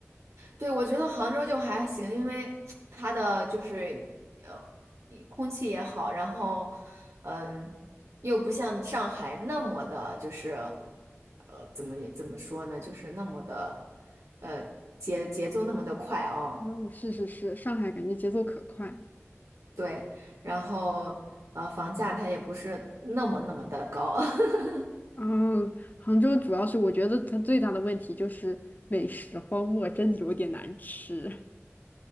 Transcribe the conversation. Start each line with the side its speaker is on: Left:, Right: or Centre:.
Right: 对，我觉得杭州就还行，因为 <tsk> 它的就是呃，一空气也好，然后嗯，又不像上海那么的，就是呃，怎么也怎么说呢，就是那么的呃节节奏那么的快哦，
Left: 嗯，是是是，上海感觉节奏可快。
Right: 对，然后呃，房价它也不是那么那么的高。<laughs>
Left: 嗯，杭州主要是我觉得它最大的问题就是美食荒漠，真的有点难吃